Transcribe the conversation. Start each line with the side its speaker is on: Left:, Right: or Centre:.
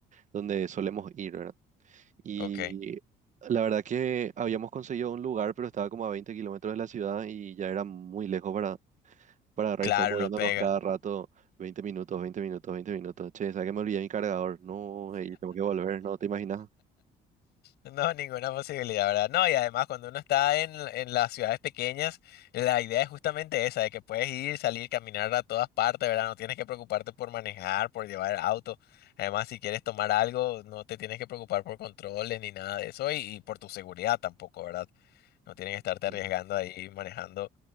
Right: donde solemos ir, ¿verdad? Y
Left: ok.
Right: la verdad que habíamos conseguido un lugar, pero estaba como a 20 kilómetros de la ciudad y ya era muy lejos para para re-
Left: Claro,
Right: estar moviéndonos
Left: no pega.
Right: cada rato 20 minutos, 20 minutos, 20 minutos. Che, ¿sabes que me olvidé mi cargador? No, ey, tengo que volver, ¿no? ¿Te imaginas?
Left: No, ninguna posibilidad, ¿verdad? No, y además cuando uno está en, en las ciudades pequeñas, la idea es justamente esa, de que puedes ir, salir, caminar a todas partes, ¿verdad? No tienes que preocuparte por manejar, por llevar auto. Además, si quieres tomar algo, no te tienes que preocupar por controles ni nada de eso y, y por tu seguridad tampoco, ¿verdad? No tienes que estarte arriesgando
Right: Mm. <laughs>
Left: ahí manejando